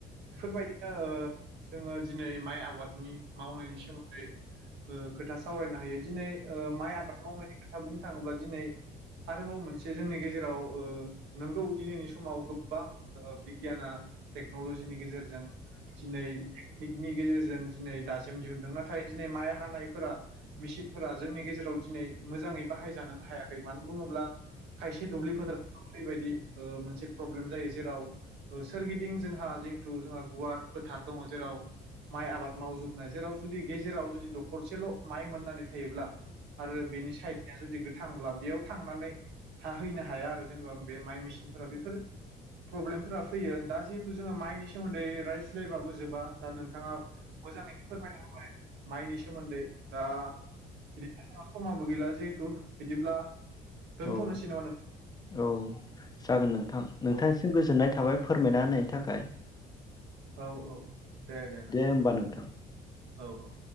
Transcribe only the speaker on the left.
औ
औ। जागोन नोंथा आं नोंथांसिम
गोजोननाय थाबाय। फोरमायना होनायनि थाखाय।
होमबा नोंथां